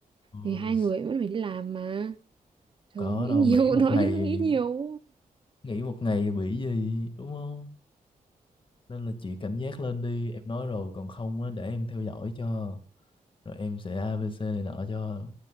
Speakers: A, on the right (about 35°); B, on the left (about 35°).
A: thì
B: Ôi,
A: hai người vẫn phải đi làm mà trời
B: có
A: ơi, nghĩ
B: đâu
A: nhiều
B: nghỉ một
A: <laughs> nói
B: ngày
A: nghĩ nhiều
B: nghỉ một ngày bị gì đúng không nên là chị cảnh giác lên đi em nói rồi còn không á để em theo dõi cho rồi em sẽ ABC
A: ừ
B: này nọ cho